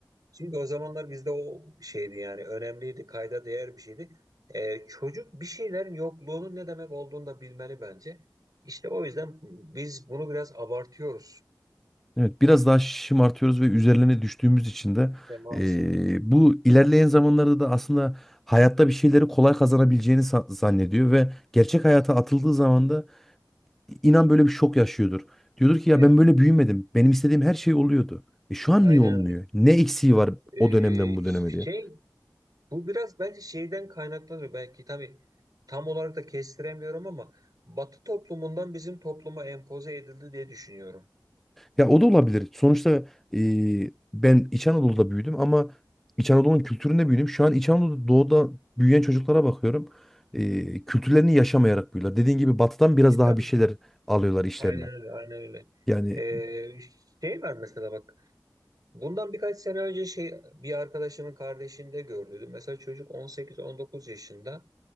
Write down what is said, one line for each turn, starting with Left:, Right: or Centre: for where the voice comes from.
Right: Çünkü o zamanlar bizde o şeydi yani önemliydi, kayda değer bir şeydi. Ee, çocuk bir şeylerin yokluğunun ne demek olduğunu da bilmeli bence. İşte o yüzden biz bunu biraz abartıyoruz.
Centre: Evet, biraz daha şımartıyoruz ve üzerlerine düştüğümüz için de
Right: İşte maalesef.
Centre: eee, bu ilerleyen zamanlarda da aslında hayatta bir şeyleri kolay kazanabileceğini sa- zannediyor ve gerçek
Right: Evet,
Centre: hayata atıldığı zaman da inan böyle bir şok yaşıyordur. Diyordur ki ya
Right: evet,
Centre: ben böyle büyümedim. Benim istediğim her şey oluyordu. E şu an
Right: aynen
Centre: niye olmuyor?
Right: öyle.
Centre: Ne eksiği var
Right: Ee,
Centre: o dönemden bu
Right: şey,
Centre: döneme diye.
Right: bu biraz bence şeyden kaynaklanıyor. Belki tabii tam olarak da kestiremiyorum ama Batı toplumundan bizim topluma empoze edildi diye düşünüyorum.
Centre: Ya o da olabilir. Sonuçta e, ben İç Anadolu'da büyüdüm ama İç Anadolu'nun kültüründe büyüdüm. Şu an İç Anadolu'da doğuda büyüyen çocuklara bakıyorum. E, kültürlerini yaşamayarak büyüyorlar. Dediğin gibi batıdan biraz
Right: E
Centre: daha
Right: tabii.
Centre: bir şeyler alıyorlar işlerine.
Right: Aynen öyle, aynen öyle.
Centre: Yani
Right: Ee, şey var mesela bak. Bundan birkaç sene önce şey bir arkadaşımın kardeşinde gördüydüm. Mesela çocuk 18-19 yaşında